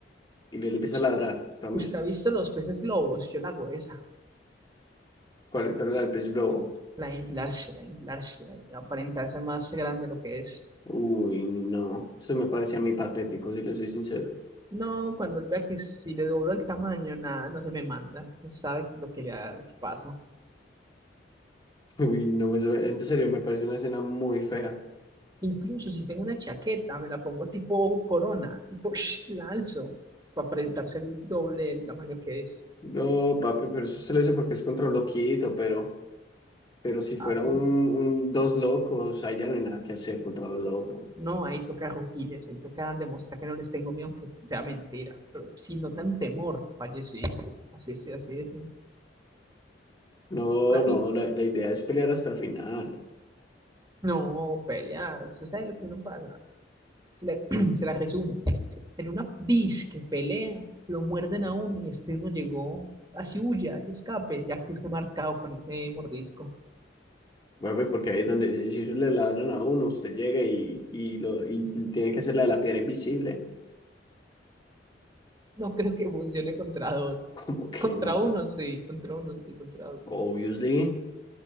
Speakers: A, on the left; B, on the right.
A: y le empieza
B: Ust-
A: a ladrar también.
B: ¿Usted ha visto los peces globos? Yo la hago esa.
A: ¿Cuál, cuál era el pez globo?
B: La de inflarse, la de inflarse, la de aparentarse más grande de lo que es.
A: Uy, no, eso me parece a mí patético, si le soy sincero.
B: No, cuando él vea que si le doblo el tamaño, nada, no se me manda. Sabe lo que le ha- lo que pasa.
A: <laughs> Uy, no, eso, en serio, me parece una escena muy fea.
B: Incluso si tengo una chaqueta, me la pongo tipo corona, tipo sh, la alzo, para presentarse el doble del tamaño que es.
A: No, papi, pero eso usted lo dice porque es contra un loquito, pero... Pero si
B: Claro,
A: fuera un, un- dos locos, ahí ya no hay nada que hacer contra un loco.
B: no, ahí toca rugirles, ahí toca demostrar que no les tengo miedo, aunque sea mentira. Pero si notan temor, fallecí. Así es, así es.
A: No,
B: Toca ir.
A: no, la, la idea es pelear hasta el final.
B: No, pelear. Usted sabe lo que uno pasa. Se la, <clears throat> se la resumo. En una disque pelea, lo muerden a uno y este uno llegó así huye, así escape, ya que usted marcado con ese mordisco.
A: Bueno, pues, porque ahí es donde si si ellos le ladran a uno, usted llega y, y, lo, y tiene que hacer la de la piedra invisible.
B: No creo que funcione contra dos.
A: <laughs> Como que
B: Contra
A: no,
B: uno sí, contra uno sí, contra uno.
A: obviously.